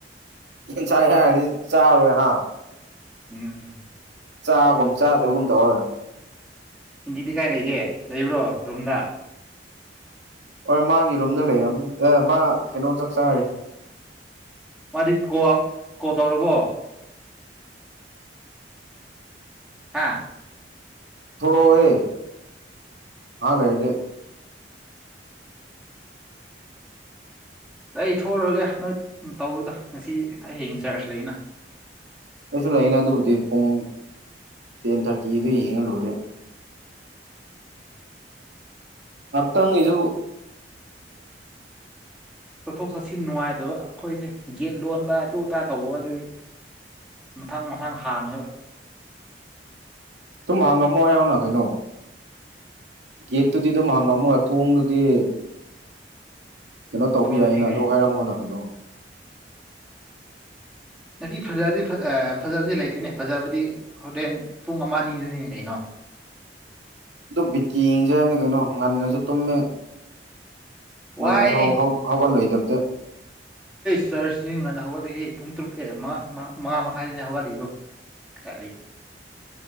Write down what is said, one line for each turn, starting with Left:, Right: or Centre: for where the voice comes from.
Right: ꯌꯦꯟ ꯆꯥꯏ ꯍꯥꯏꯔꯗꯤ ꯆꯥꯔꯣꯏ ꯍꯥꯥ
Centre: ꯎꯝꯝ
Right: ꯆꯥꯒꯨꯝ ꯆꯥꯗꯒꯨꯝꯗꯧꯔ
Centre: ꯏꯤꯟꯗꯤꯗꯤ ꯀꯥꯏ ꯂꯩꯒꯦ ꯂꯩꯕ꯭ꯔꯣ ꯔꯨꯝꯗ
Right: ꯍꯣꯏ ꯃꯥꯒꯤ ꯔꯨꯝꯗ ꯂꯩꯔꯕꯝꯅꯤ ꯑꯦ ꯃꯥ ꯀꯩꯅꯣ ꯆꯥꯛꯆꯥꯥꯔꯤ
Centre: ꯃꯥꯗꯤ ꯀꯣꯜ ꯀꯣꯜ ꯇꯧꯔꯕꯣ ꯍꯥꯥ
Right: ꯊꯔꯣꯍꯦ ꯍꯥꯡ ꯂꯩꯗꯤꯦ
Centre: ꯑꯩ ꯊꯣꯛꯂꯨꯔꯒꯦ ꯅꯣꯏ ꯇꯧꯔꯨꯗ ꯉꯁꯤ ꯍꯌꯦꯡ ꯆꯥꯔꯖ ꯂꯩꯅ
Right: ꯑꯩꯁꯨ ꯂꯩꯅꯦ ꯑꯗꯨꯕꯨꯗꯤ ꯄꯨꯡ ꯇꯦꯟ ꯊꯥꯔꯇꯤꯗ ꯌꯦꯡꯉ ꯂꯣꯏꯔꯦ ꯃꯠꯇꯪ ꯏꯁꯨꯕꯨ
Centre: ꯆꯠꯊꯣꯛ ꯆꯠꯁꯤꯟ ꯅꯨꯡꯉꯥꯏꯇꯕ ꯑꯩꯈꯣꯏꯁꯦ ꯒꯦꯠ ꯂꯣꯟꯕ ꯑꯗꯨ ꯑꯇꯥ ꯇꯧꯕ ꯑꯗꯨꯗꯤ ꯃꯊꯪ ꯃꯊꯪ ꯍꯥꯡꯉꯦꯕ
Right: ꯑꯗꯨꯨꯝ ꯍꯪꯉꯝꯃꯣ ꯍꯥꯏꯌꯧꯅ ꯀꯩꯅꯣ ꯒꯦꯠꯇꯨꯗꯤ ꯑꯗꯨꯝ ꯍꯪꯉꯝꯃꯣꯒ ꯊꯣꯡꯗꯨꯗꯤ ꯀꯩꯅꯣ ꯇꯧꯕ
Centre: ꯁꯣꯝꯗꯗꯤ
Right: ꯌꯥꯏꯅ
Centre: ꯀꯩ
Right: ꯑꯗꯨ ꯍꯥꯏꯔꯝꯕꯅ ꯀꯩꯅꯣ
Centre: ꯉꯁꯤ ꯐꯖꯕꯗꯤ ꯐꯖꯕꯗꯤ ꯂꯩꯇꯦꯅꯦ ꯐꯖꯕꯗꯤ ꯍꯣꯔꯦꯟ ꯄꯨꯡ ꯑꯃ ꯅꯤꯗꯨꯅꯤꯅꯦ ꯀꯩꯅꯣ <unintelligible>
Right: ꯑꯗꯨ ꯕꯤꯠꯀꯤ ꯌꯦꯡꯁꯦ ꯍꯥꯏꯕꯅꯤ ꯀꯩꯅꯣ ꯉꯟꯅꯁꯨ ꯇꯨꯝꯃꯦ ꯉꯟꯅꯁꯨ
Centre: ꯋꯥꯏꯅꯦ
Right: ꯍꯧꯒꯠꯂꯣꯏꯗꯕꯗ
Centre: ꯆ ꯉꯟꯅ ꯍꯧꯒꯠꯂꯏ ꯄꯨꯡ ꯇꯔꯨꯛ ꯑꯦ ꯃꯉꯥ ꯃꯈꯥꯏꯁꯤꯅꯦ ꯍꯧꯒꯠꯂꯤꯏꯗꯣ ꯀ